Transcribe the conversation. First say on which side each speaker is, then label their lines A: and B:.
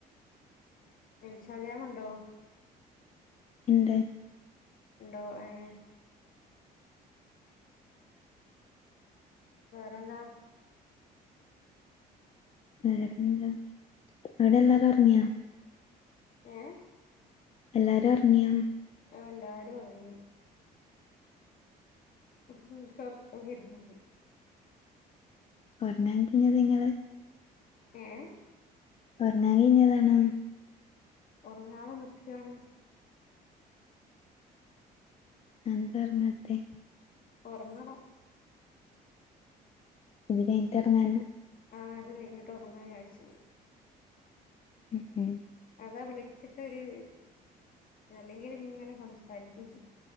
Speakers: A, on the left; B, on the left.
A: ഇൻസ്റ്റാഗ്രാമൊണ്ടോ
B: ഇണ്ട്
A: ഇണ്ടോ ആഹ് വേറെന്താ
B: വേരെന്താ അവിടെ എല്ലാരും ഒറങ്ങിയോ?
A: ഏഹ്
B: എല്ലാരും ഒറങ്ങിയോന്ന്?
A: ആഹ് എല്ലാരും ഉറങ്ങി ഉഹും എന്ക്ക് ഒറക്കം വരുന്നുണ്ട്
B: ഒറങ്ങാൻ കീഞ്ഞത് നിങ്ങള്
A: ഏഹ്
B: ഒറങ്ങാൻ കീഞ്ഞതണോന്ന്?
A: ഒറങ്ങാതെ നിക്കാണ്.
B: എന്താറങ്ങാത്തെ
A: ഒറങ്ങണം
B: ഇത് കഴിഞ്ഞട്ടെറങ്ങാനാ
A: ആഹ് അത് കഴിഞ്ഞിട്ട് ഒറങ്ങാ വിചാരിച്ചു
B: ഉം ഉം
A: അതാ വിളിച്ചിട്ട് ഒരു അല്ലെങ്കിൽ ഇങ്ങനെ സംസാരിക്കും.